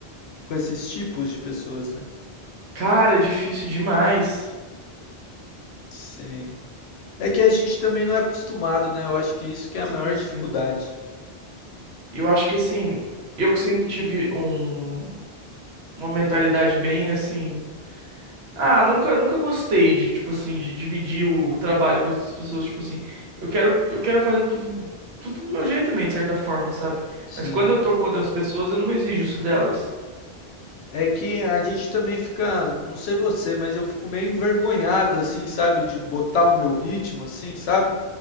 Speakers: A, on the left (about 80°); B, on the right (about 75°).
A: Com esses tipos de pessoas, né?
B: Cara, é difícil demais.
A: Sim. É que a gente também não é acostumado, né? Eu acho que isso que é a
B: Sim,
A: maior
B: sim.
A: dificuldade.
B: Eu acho que assim, eu que sempre tive um, uma mentalidade bem assim. Ah, nunca, nunca gostei de, tipo assim, de dividir o, o trabalho com outras pessoas, tipo assim, eu quero, eu quero fazer tudo, tudo do meu jeito também, de certa forma, sabe?
A: Sim.
B: Mas quando eu tô com outras pessoas, eu não exijo isso delas.
A: É que a gente também fica, não sei você, mas eu fico meio envergonhado, assim, sabe, de botar o meu ritmo, assim, sabe?